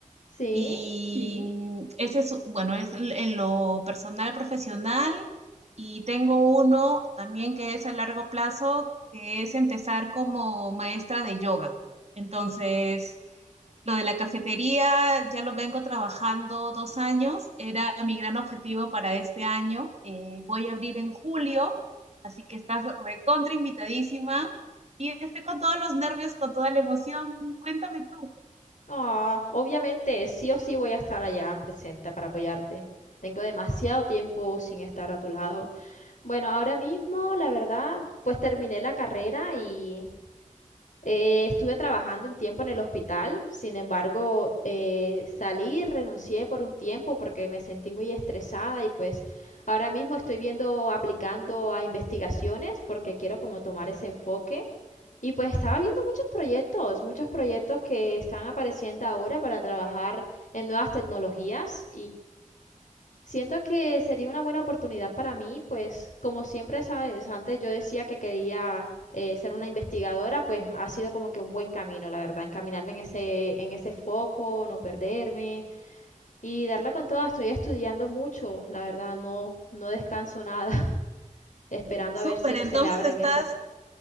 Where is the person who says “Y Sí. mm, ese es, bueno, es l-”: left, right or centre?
Right